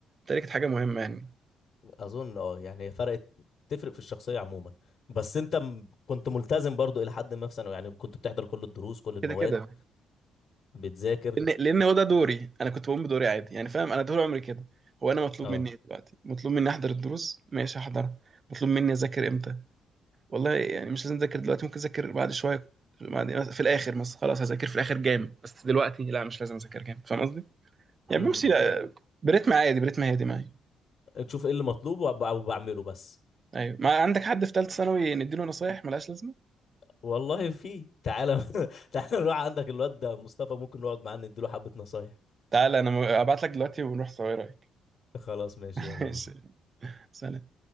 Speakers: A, on the right; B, on the left.
A: دي كانت حاجه مهمه يعني
B: اظن اه يعني هي فرقت تفرق في الشخصيه عموما بس انت م... كنت ملتزم برضو الى حد ما في ثانوي يعني كنت بتحضر كل الدروس كل المواد
A: كده كده
B: بتذاكر
A: لان لان هو ده دوري انا كنت بقوم بدوري عادي يعني فاهم انا طول عمري كده هو انا مطلوب
B: اه
A: مني إيه دلوقتي مطلوب مني احضر الدروس ماشي احضرها مطلوب مني اذاكر امتى والله يعني مش لازم اذاكر دلوقتي ممكن اذاكر بعد شويه بعد في الاخر مثلا خلاص هذاكر في الاخر جامد بس دلوقتي لا مش لازم اذاكر جامد فاهم قصدي يعني
B: امم
A: بمشي آه، برتم عادي برتم هادي معايا
B: تشوف ايه اللي مطلوب وب... وبعمله بس
A: ايوه ما عندك حد في ثالثه ثانوي نديله نصايح ملهاش لازمه
B: والله في تعالى <laughs> تعالى نروح عندك الواد ده مصطفى ممكن نقعد معاه نديله حبه نصايح
A: تعالى انا م- ابعت لك دلوقتي ونروح سوا ايه رايك
B: خلاص ماشي
A: <laughs> ماشي.
B: يلا بينا
A: سلام